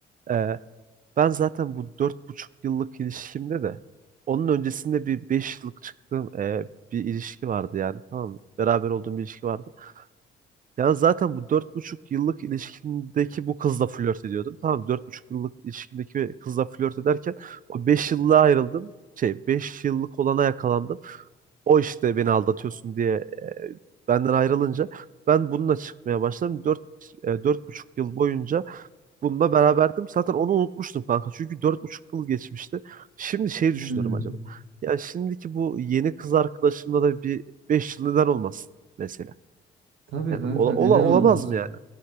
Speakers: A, on the right; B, on the right.
A: Ee, ben zaten bu dört buçuk yıllık ilişkimde de onun öncesinde bir beş yıllık çıktığım e, bir ilişki vardı yani tamam mı? Beraber olduğum bir ilişki vardı. Ya zaten bu dört buçuk yıllık ilişkimdeki bu kızla flört ediyordum. Tamam dört buçuk yıllık ilişkimdeki kızla flört ederken o beş yıllığa ayrıldım. Şey beş yıllık olana yakalandım. O işte beni aldatıyorsun diye e, benden ayrılınca ben bununla çıkmaya başladım. Dört, e, dört buçuk yıl boyunca bununla beraberdim. Zaten onu unutmuştum kanka. Çünkü dört buçuk yıl geçmişti. Şimdi şey
B: Hmm.
A: düşünüyorum acaba. Ya şimdiki bu yeni kız arkadaşımla da bir beş yıl neden olmasın mesela.
B: Tabii
A: Yani
B: kanka
A: ola, ola-
B: neden
A: olamaz
B: olmaz?
A: mı yani?